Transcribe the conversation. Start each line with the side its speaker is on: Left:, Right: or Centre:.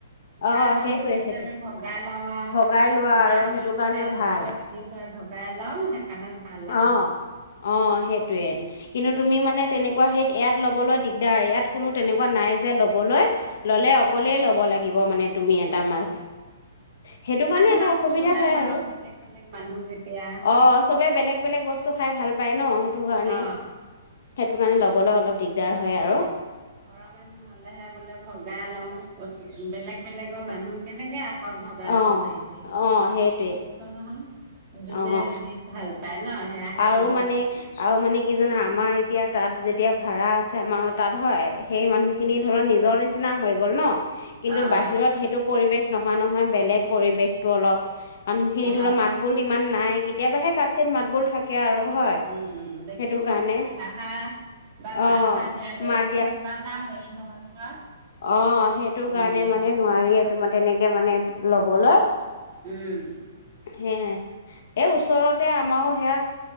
Left: অ
Right: হাঁহ মানুহৰ
Left: সেইটোৱে
Right: প্ৰতি
Left: সেইটোৱে
Right: আমি ভগা লও আও
Left: ভগাই লোৱা
Right: ডাঙৰ
Left: আৰু সেইটো
Right: হলে
Left: কাৰণে ভাল
Right: দুশ তিনি <unintelligible> ভগাই ল'ম সেইকাৰণে ভাল আৰু।
Left: অ অ সেইটোৱে
Right: উম,
Left: কিন্তু তুমি মানে তেনেকুৱা হেইত ইয়াত ল'বলৈ দিগদাৰ ইয়াত কোনো তেনেকুৱা নাই যে ল'বলৈ ল'লে অকলেই
Right: অ'।
Left: ল'ব লাগিব মানে তুমি এটা মাছ সেইটো কাৰণে
Right: তাত
Left: এটা
Right: নো আকৌ
Left: অসুবিধা
Right: কোনে
Left: হয়
Right: ল'ব
Left: আৰু।
Right: বেলেগ বেলেগ মানুহ যেতিয়া
Left: অ', চবে বেলেগ বেলেগ বস্তু খাই ভাল পায় ন সেইটো কাৰণে
Right: অ
Left: সেইটো কাৰণে লগ ক'বলৈ অলপ দিগদাৰ হয় আৰু
Right: ঘৰৰ মানুহ হ'লেহে বোলে ভগাই লওঁ বেলেগ বেলেগ মানুহ কেনেকে আকৌ ভগাই লব
Left: অ',
Right: পাৰিবি
Left: অ', সেইটোৱে
Right: নহ যোনে
Left: অ'।
Right: যি ভাল পায় ন'। সেয়াহে
Left: আৰু
Right: ল'ব
Left: মানে আৰু মানে কি জানা, আমাৰ এতিয়া তাত যেতিয়া ভাৰা আছে আমাৰ তাত হয়। সেই মানুহখিনি
Right: উম
Left: ধৰক নিজৰ নিচিনা হৈ গ'ল ন' কিন্তু
Right: অ
Left: বাহিৰত এ এইটো পৰিৱেশ নহয় নহয় বেলেগ পৰিৱেশটো অলপ, মানুহখিনি
Right: অ
Left: ধৰক মাত মাত বোল ইমান নাই কেতিয়াবাহে কাঠ চিত মাত বোল থাকে আৰু। হয়
Right: উম', উম' দেখিলে
Left: সেইটো কাৰণে
Right: হাঁহা বা
Left: অ
Right: মাত ছাত দিয়া সেইটোহে
Left: মাত
Right: ইমান আৰু হেৰি নহয়। <unintelligible>
Left: অহ, সেইটো
Right: উম
Left: কাৰণে মানে নোৱাৰি তোমাৰ তেনেকে মানে ল'বলৈ।
Right: উম।
Left: হে' এই ওচৰতে আমাৰো সেয়া